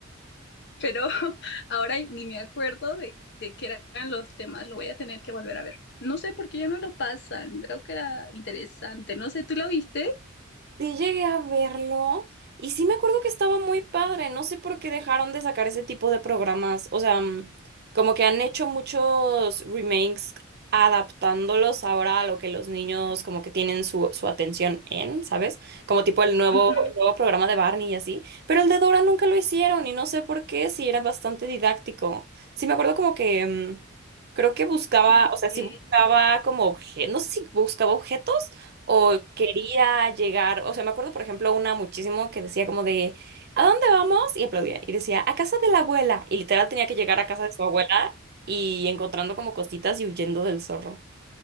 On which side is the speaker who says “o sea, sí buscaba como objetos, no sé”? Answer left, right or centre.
Right